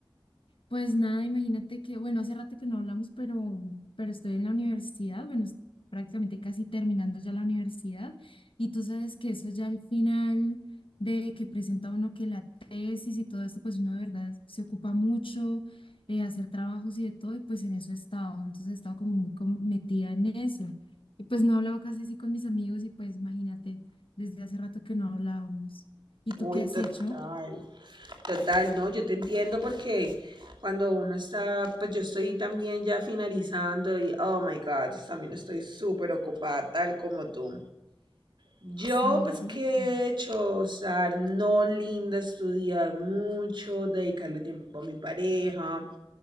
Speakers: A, on the left; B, on the right.
A: Pues nada, imagínate que, bueno, hace rato que no hablamos, pero, pero estoy en la universidad, bueno, es- prácticamente casi terminando ya la universidad, y tú sabes que eso ya al final de que presenta uno que la tesis y todo esto, pues uno de verdad se ocupa mucho, eh, hacer trabajos y de todo, y pues en eso he estado, entonces he estado como muy com- metida en eso, y pues no he hablado casi así con mis amigos, y pues imagínate, desde hace rato que no hablábamos. ¿Y tú qué
B: Uy,
A: has
B: total,
A: hecho?
B: total, no, yo te entiendo porque cuando uno está, pues yo estoy también ya finalizando y oh my God, también estoy súper ocupada, tal como tú. Yo,
A: Sí,
B: pues,
A: es durísimo.
B: ¿qué he hecho? O sea, no linda, estudiar mucho, dedicarle tiempo a mi pareja,